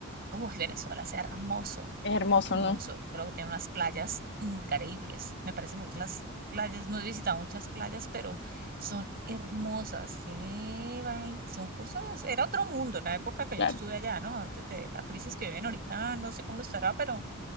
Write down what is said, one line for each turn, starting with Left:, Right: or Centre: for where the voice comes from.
Right: Uy, Venezuela es hermoso,
Left: Es hermoso,
Right: hermoso.
Left: ¿no?
Right: Creo que tiene unas playas increíbles. Me parecen hermosas las playas. No he visitado muchas playas, pero son hermosas. Tiene, vai- son cosas. Era otro mundo en la época que
Left: Claro.
Right: yo estuve allá, ¿no? Antes de la crisis que viven ahorita, no sé cómo estará, pero